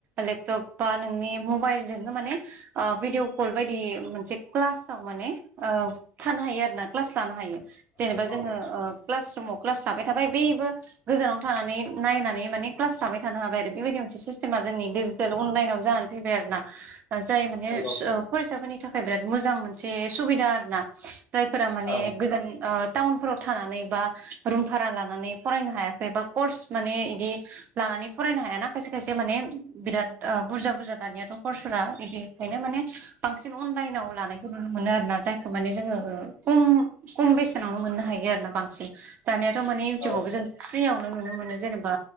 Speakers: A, on the right; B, on the left.
A: लेपटाप बा नोंनि मबाइलजोंनो माने ओ भिडिअ कल बायदि मोनसे क्लासाव माने ओ थानो हायो आरोना क्लास लानो हायो। जेनेबा जोङो
B: औ
A: ओ क्लास रुमाव क्लास लाबाय थाबाय बैबो। गोजानाव थानानै नायनानै माने क्लास लाबाय थानो हाबाय आरो बेबायदि मोनसे सिस सेमा जोंनि डिजिटेल अनलाइनाव जानानै फैबाय आरो ना। जाय माने
B: नंगौ
A: ओ फरायसाफोरनि थाखाय बिराद मोजां मोनसे सुबिदा आरो ना। जायफोरा माने
B: औ
A: गोजान ओ टाउनफोराव थानानै बा रुम भारा लानानै फरायनो हायाखै बा कर्स माने इदि लानानै फरायनो हायाना खायसे खायसे माने बिराद ओ बुरजा बुरजा दानियाथ' हखरफोरा बिदिखायनो माने बांसिन अनलाइनाव लानायखौ नुनो मोनो आरो ना जायखौ माने जोङो खम खम बेसेनावनो मोननो हायो आरो ना बांसिन दानियाथ' माने इउथटुबावबो
B: औ
A: जों फ्रियावनो नुनो मोनो जेनेबा